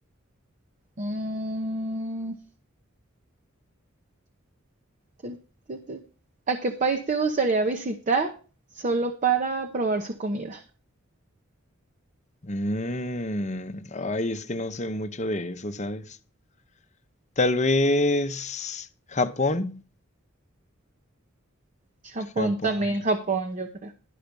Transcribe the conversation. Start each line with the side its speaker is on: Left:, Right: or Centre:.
Right: Mm, tu, tu, tu. ¿A qué país te gustaría visitar solo para probar su comida?
Left: Mm, ay, es que no sé mucho de eso, ¿sabes? Tal vez Japón.
Right: Japón
Left: Japón.
Right: también, Japón, yo creo.